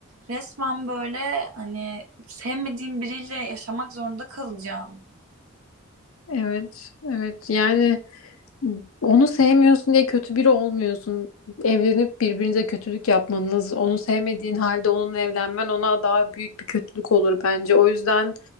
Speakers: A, on the right; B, on the left.
A: Resmen böyle hani sevmediğim biriyle yaşamak zorunda kalacağım.
B: Evet, evet. Yani Onu sevmiyorsun diye kötü biri olmuyorsun. Evlenip birbirinize kötülük yapmanız, onu sevmediğin halde onunla evlenmen ona daha büyük bir kötülük olur bence. O yüzden